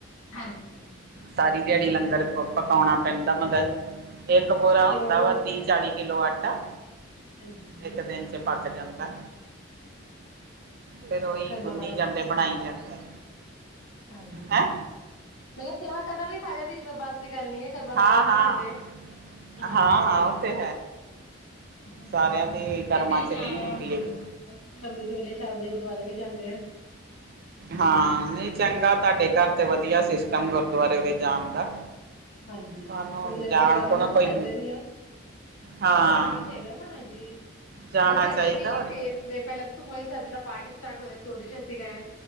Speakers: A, on the left (about 80°); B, on the right (about 45°).
A: ਹਾਂਜੀ-ਹਾਂਜੀ,
B: ਸਾਰੀ ਦਿਹਾੜੀ ਲੰਗਰ ਪਕਾਣਾ ਪੈਂਦਾ, ਮਤਲਬ ਇੱਕ ਪੋਰਾ
A: ਸੇਵਾ
B: ਹੁੰਦਾ
A: ਵੀ
B: ਵਾ ਤੀਹ ਚਾਲੀ ਕਿਲੋ ਆਟਾ
A: ਹਾਂਜੀ
B: ਇੱਕ ਦਿਨ 'ਚ ਪੱਕ ਜਾਂਦਾ। ਫੇਰ ਉਹੀ
A: ਕਰਮਾਂ
B: ਗੁੰਨੀ ਜਾਂਦੇ ਬਣਾਈ ਜਾਂਦੇ
A: ਹਾਂਜੀ
B: ਹੈਂ
A: ਮੈਂ ਕਿਹਾ ਸੇਵਾ ਕਰਨਾ, ਵੀ ਸਾਰਿਆਂ ਦੀ ਬੱਸ ਦੀ ਗੱਲ ਨੀ ਹੈ ਕਰਮਾਂ
B: ਹਾਂ
A: ਵਾਲੇ ਨੂੰ
B: ਹਾਂ
A: ਵੀ ਮਿਲਦੇ ਆ,
B: ਹਾਂ
A: ਹਾਂਜੀ
B: ਹਾਂ
A: ਸਹੀ
B: ਉਹ
A: ਗੱਲ
B: ਤੇ
A: ਹੈ ਹ
B: ਸਾਰਿਆਂ ਦੇ ਕਰਮਾਂ
A: ਤੇ
B: ਚ
A: ਚਾਰ
B: ਨਹੀਂ ਹੁੰਦੀ
A: ਹਾਂਜੀ,
B: ਇਹ ਵੀ
A: ਅਸੀ ਅੰਮ੍ਰਿਤ ਵੇਲੇ ਚਾਰ ਵਜੇ ਗੁਰਦੁਆਰੇ ਵਿੱਚ ਜਾਂਦੇ ਆ
B: ਹਾਂ ਨਹੀਂ ਚੰਗਾ ਤੁਹਾਡੇ ਘਰ ਤੇ ਵਧੀਆ, ਸਿਸਟਮ ਗੁਰਦੁਆਰੇ ਜਾਣ ਦਾ
A: ਹਾਂਜੀ,
B: ਸਾਨੂੰ
A: ਕੋਈ
B: ਹੁਣ ਜਾਣ
A: ਪ੍ਰੋਗਰਾਮ
B: ਕੋ ਨਾ
A: ਅਸੀਂ
B: ਕੋਈ
A: ਛੱਡ ਦੇ ਨੀ ਆ ਤੇ
B: ਹਾਂ
A: ਜਾਣਾ ਵੀ ਚਾਹੀਦਾ ਨਾ, ਹਾਂਜੀ।
B: ਜਾਣਾ
A: ਹੋਰ ਸੰਡੇ
B: ਚਾਹੀਦਾ
A: ਵੀ
B: ਹੋਰ
A: ਫੇ
B: ਕੀ
A: ਪਹਿਲਾਂ 'ਸੁਖਮਨੀ ਸਾਹਿਬ'ਜੀ ਦਾ ਪਾਠ ਸਟਾਰਟ ਹੋਇਆ ਸੀ। ਉਹਦੇ'ਚ ਅਸੀਂ ਗਏ